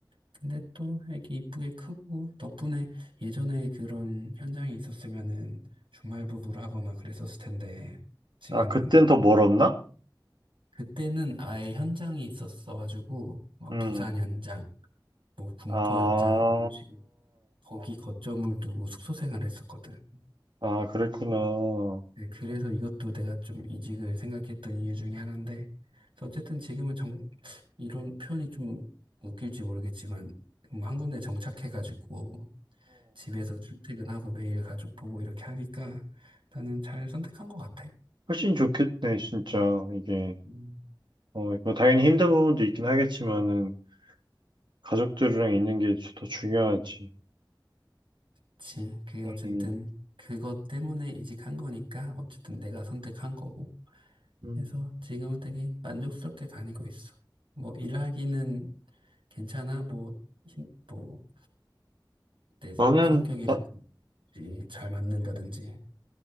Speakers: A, on the right; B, on the right.
A: 근데 또 애기 이쁘게 크고 덕분에 예전에 그런 현장에 있었으면은 주말 부부를 하거나 그랬었을 텐데 지금은
B: 아, 그땐 더 멀었나?
A: 그때는 아예 현장이 있었어가지고 뭐
B: 음.
A: 부산 현장, 뭐 군포
B: 아,
A: 현장 이런 식으로 거기 거점을 두고 숙소 생활을 했었거든.
B: 아, 그랬구나. 어,
A: 네, 그래서 이것도 내가 좀 이직을 생각했던 이유 중에 하나인데, 어쨌든 지금은 정, 이런 표현이 좀 웃길지 모르겠지만, 음, 한 군데 정착해가지고, 집에서 출퇴근하고 매일 가족 보고 이렇게 하니까 나는 잘 선택한 것 같아.
B: 훨씬 좋겠네, 진짜. 이게.
A: 음,
B: 어, 뭐, 당연히 힘든 부분도 있긴 하겠지만은, 가족들이랑 있는 게 더 중요하지.
A: 그치. 그게 어쨌든
B: 음.
A: 그것 때문에 이직한 거니까 어쨌든 내가 선택한 거고.
B: 음.
A: 그래서 지금은 되게 만족스럽게 다니고 있어. 뭐 일하기는 괜찮아? 뭐, 힘- 뭐, 내
B: 나는,
A: 성격이라든지
B: 나,
A: 잘 맞는다든지.